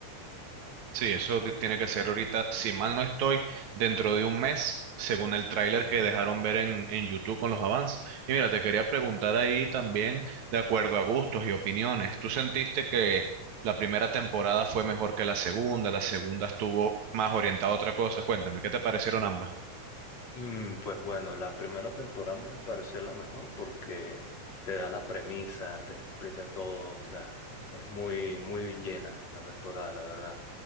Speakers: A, on the right; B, on the left.
A: Sí, eso ti- tiene que ser ahorita, si mal no estoy, dentro de un mes, según el tráiler
B: Mm,
A: que dejaron ver en, en YouTube con los avances. Y mira, te quería preguntar ahí también, de acuerdo a gustos y opiniones, ¿tú sentiste que la primera temporada fue mejor que la segunda? La segunda estuvo más orientada a otra cosa. Cuéntame, ¿qué te parecieron ambas?
B: Mm, Pues bueno, la primera temporada me pareció la mejor porque te da la premisa, te explica todo, o sea, es muy, muy llena la temporada, la verdad.